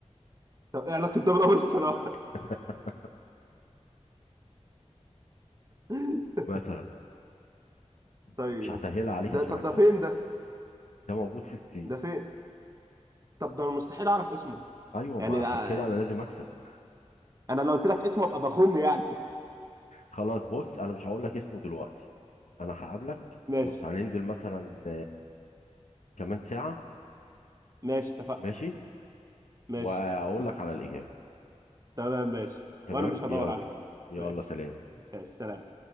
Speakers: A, on the right (about 30°); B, on the left (about 80°).
A: طب ايه علاقة ده بالأمر الصناعي
B: <laughs>
A: <laughs>
B: مثلا
A: طيب
B: ومش هسهلها عليك
A: ده
B: عشان
A: طب
B: أكسب
A: ده فين
B: أنا
A: ده
B: ده موجود في الصين
A: ده فين طب ده انا مستحيل اعرف اسمه
B: أيوة
A: يعني
B: ما عشان
A: ده-
B: كده أنا لازم أكسب <laughs>
A: انا لو قلت لك اسمه ابقى بخم يعني
B: خلاص بص انا مش هقول لك اسمه دلوقتي انا هقابلك
A: <laughs> ماشي
B: بص هننزل مثلا كمان ساعة
A: ماشي اتفقنا
B: ماشي
A: ماشي
B: وأقول لك على الإجابة
A: تمام ماشي
B: تمام
A: وانا مش هدور
B: يلا
A: عليه
B: يلا
A: ماشي
B: سلام
A: ماشي سلام